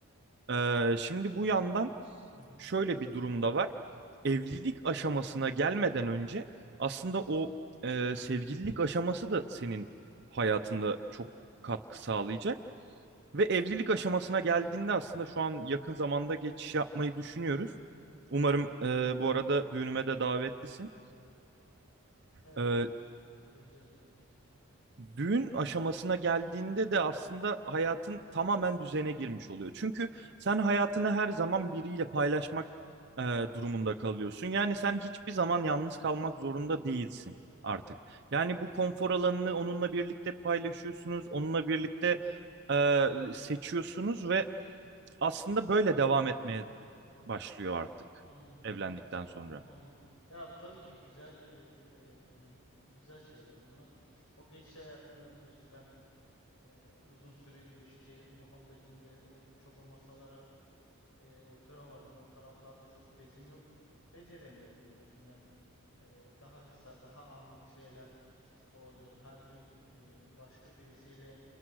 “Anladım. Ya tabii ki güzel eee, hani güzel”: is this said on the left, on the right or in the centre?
Left